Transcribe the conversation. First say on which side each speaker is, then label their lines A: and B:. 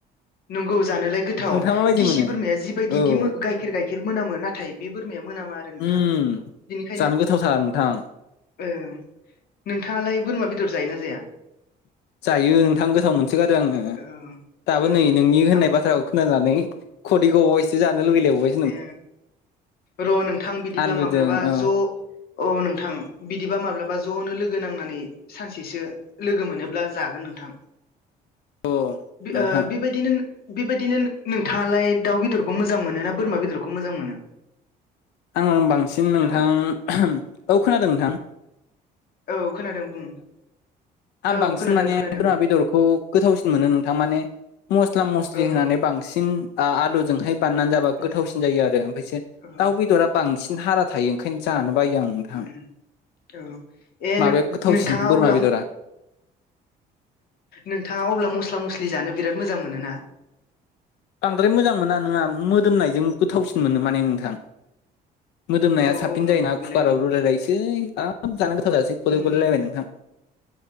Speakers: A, on the left; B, on the left.
A: नंगौ जानोलाय गोथाव
B: नोंथाङा माबायदि
A: दिसि
B: मोनो
A: बोरमाया जिबायदि
B: औ
A: दि गाइखेर गाइखेर मोनामो ना थाय बे बोरमाया मोनामा आरो नोंथां।
B: उम
A: बिनिखायनो
B: जानो गोथावथार नोंथां
A: ओं नोंथाङालाय बोरमा बेदर जायोना जाया?
B: जायो नोंथां गोथाव मोनसोगारो आङो
A: ओं
B: दाबो
A: ओं
B: नै नोंनि होननाय
A: आंबो
B: बाथ्रा खोनानानै खुदै गबाव बायसो जानो लुुबैलायबावबाय
A: ए र' नोंथां बिदिब्ला
B: आलुजों
A: माब्लाबा
B: औ
A: ज' औ नोंथां। बिदिबा माब्लाबा ज'नो लोगो नांनानै सानसेसो लोगो मोनोब्ला जागोन नोंथां।
B: औ नोंथां
A: ओ बेबायदिनो बेबायदिनो नोंथाङालाय दाउ बेदरखौ मोजां मोनो ना बोरमा बेदरखौ मोजां मोनो
B: आं बांसिन नोंथां
A: हेलौ
B: औ खोनादों नोंथां।
A: औ खोनादों बुं
B: आं
A: औ
B: बांसिन
A: खोनादों
B: माने
A: खोनादों
B: बोरमा बेदरखौ गोथावसिन मोनो नोंथां। माने मस्ला मस्लि
A: औ
B: होनानै बांसिन आलुजोंहाय बाननानै जाबा
A: उम।
B: गोथावसिन जायो आरो ओमफ्रायसो
A: औ
B: दाउ बेदरा बांसिन हारा थायो ओंखायनो जानो बायो आं नोंथां
A: उम औ ए
B: माबाया गोथावसिन
A: नोंथाङा
B: बोरमा
A: अब्ला औ
B: बेदरा
A: नोंथाङा अब्ला मस्ला मस्लि जानो बिराद मोजां मोनो ना?
B: बांद्राय मोजां मोना नोंङा मोदोमनायजों गोथावसिन मोनो माने नोंथां। मोदोमनाया
A: औ
B: साबसिन
A: औ नंगौ
B: जायो ना
A: बेलाय
B: कुकाराव
A: नंगौ
B: रुलायलायनोसै हाब जानो गोथाव जासै खुदै
A: उम
B: गलायलायबाय नोंथां